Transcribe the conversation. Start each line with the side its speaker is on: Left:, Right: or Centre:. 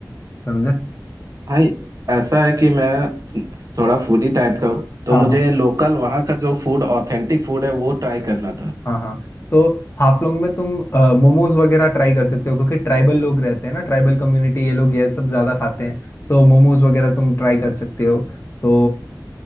Left: समझे
Right: भाई ऐसा है कि मैं थोड़ा फूडी टाइप का हूँ तो
Left: हाँ
Right: मुझे
Left: हाँ
Right: लोकल वहाँ का जो फूड ऑथेंटिक फूड है वो ट्राई करना था
Left: हाँ हाँ तो हाफलोंग में तुम मोमोज वगैरह ट्राई कर सकते हो क्योंकि ट्राइबल लोग रहते हैं ना ट्राइबल कम्युनिटी ये लोग ये सब ज़्यादा खाते हैं तो मोमोज वगैरह तुम ट्राई कर सकते हो तो